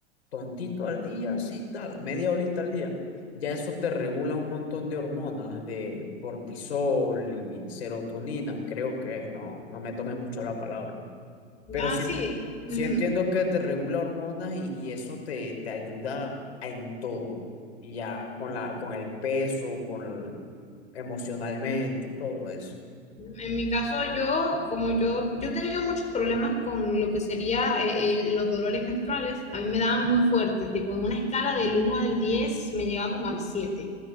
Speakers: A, on the left; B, on the left.
A: tontito al día, así tal, media horita al día, ya eso te regula un montón de hormonas, de cortisol y serotonina, creo que es, no, no me tomes mucho la palabra. Pero
B: Ah,
A: sí,
B: sí. ujú.
A: sí entiendo que te regula hormonas y, y eso te, te ayuda a- en todo. Y ya con la, con el peso, con el- emocionalmente, todo eso.
B: En mi caso, yo, como yo, yo he tenido muchos problemas con lo que sería eh, el- los dolores menstruales, a mí me daban muy fuertes, tipo en una escala del uno al 10 me llegaba como al siete